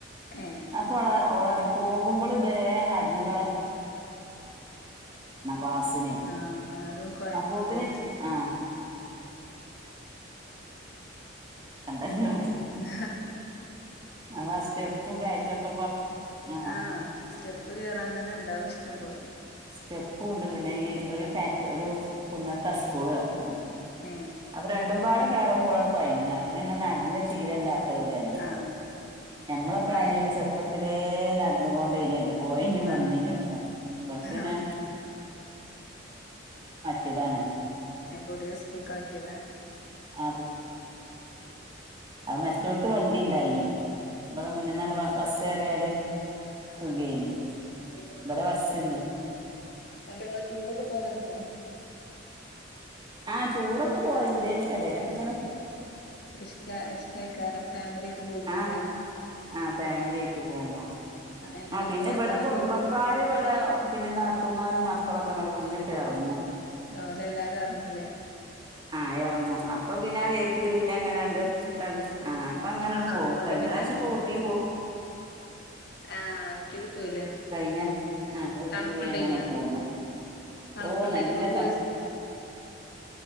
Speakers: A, on the left; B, on the right.
A: ഏ
B: അപ്പൊ ഓളെ പോകുമ്പോൾ ബേ നടന്ന് പാസിനെ
A: ആ അതും കൊയങ്ങും
B: അപ്പോത്തിന്
A: പോത്തിന്
B: ആ <unintelligible> <inaudible>
A: <inaudible>
B: അതാ സ്റ്റെപ്പും കയറ്റൊക്കെപ്പ ആഹ്
A: ആഹ സ്റ്റെപ്പ് കേറാൻ തന്നെ ഇണ്ടാവും ഇഷ്ടംപലെ
B: സ്റ്റെപ്പും ഉണ്ട് പിന്നെ ഈ ഒരു കയറ്റും ഒരു കുന്നത്ത സ്കൂൾ പറഞ്ഞു
A: ഏ
B: അപ്പൊ രണ്ടുംപാട കേയറുമ്പോ ഓളണ്ട് കൊയങ്ങാണ് പിന്നെ ഇങ്ങെനെ നടന്ന് ചീരല്ലാ <inaudible> ലല്ലേ
A: ആഹ്
B: ഞമ്മളൊക്ക
A: നിങ്ങള്
B: ആയന്ന് ചെറുപ്പത്തിലേ നടന്നുകൊണ്ട് ഏനല്ലോ പോയിനും വനിന്നും
A: ആഹ്
B: ഒക്കെ ഇവര്ക്പിന്നെ
A: ആഹ്
B: <unintelligible>
A: പുതിയ സ്കൂൾക്ക് ആക്കിയതാ
B: <inaudible> ആ മറ്റോടത്ത് വണ്ടി ഉണ്ടായിനി ഇവിടെ മുനിന്നാണ്ട് ബസ്സ്കേറിയാൽ സുഖേന്
A: ആ, പോയിട്ട് അങ്ങനെ
B: ഇവിടെ ബസ്സില്ല
A: ബസ്. എന്നിട്ട് നിങ്ങൾ ടൂറൊക്കെ പോവലുണ്ടോ <inaudible>
B: ആഹ ടൂറൊക്കെ പോവലുണ്ട് എവടെയിലൊക്കെ
A: ഇഷ്ട ഇഷ്ടായിക്കാരം ഫാമിലി ആയിട്ട് പോകുംല്ലേ
B: ആഹ് ആ ഫാമിലി ആയിട്ട് പോവുമ്പോ
A: എങ്ങനെ
B: ആ
A: എന്നിട്ട്
B: പിന്നെ
A: ബസ്സിനാ
B: ഇവിടെ കുടുംബക്കാര്
A: പോക
B: ഇവിടെ പിന്നെ നാ മക്കളൊക്കെ അങ്ങട്ട് മുന്നിട്ട് ഇറങ്ങും
A: ഓൽ എല്ലാരും എറങ്ങുല്ലേ
B: ആഹ ഇറങ്ങും അപ്പൊ പിന്നെ ആ ബേക്കില് പിന്നെ അങ്ങനെയണ്ട് ആ അപ്പൊ അങ്ങനെ
A: ആഹ്
B: പോവും
A: ഓലെ
B: <inaudible> കഴിഞ്ഞ
A: പിന്നെ
B: പ്രാവശ്യം പ്പൊ ഊട്ടി
A: ആഹ് ഊട്ടിക്ക് പോയില്ലേ
B: കഴിഞ്ഞ ആ ഊട്ടി
A: തണുപ്പുണ്ടായിനോ
B: പോയി അങ്ങനണ്ട് പോന്
A: തണുപ്പുണ്ടായിനോ
B: ഓ നല്ല
A: നിങ്ങള് പോയ സ്